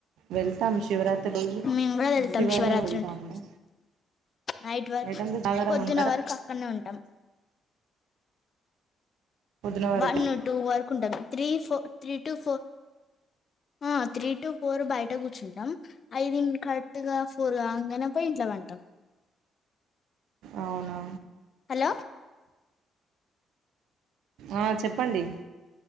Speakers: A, on the right; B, on the left.
A: వెళ్తాం శివరాత్రిరోజు
B: మేము కూడా వెళ్తాం
A: శివాలయం
B: శివరాత్రి
A: వెళ్తాము
B: ఉంటుంది నైట్ వర్క్
A: అంతా జాగారం
B: పొద్దున
A: ఉంటారా
B: వరకు అక్కడనే ఉంటాం
A: పొద్దున వరకు
B: వన్ టూ వరకు ఉంటది three four three two four ఆ త్రీ టు ఫోర్ బయట కూర్చుంటాం ఐది కరెక్ట్ గా పోరు గాంగనే పోయి ఇంట్లో వంటం
A: అవునా
B: హలో
A: ఆ చెప్పండి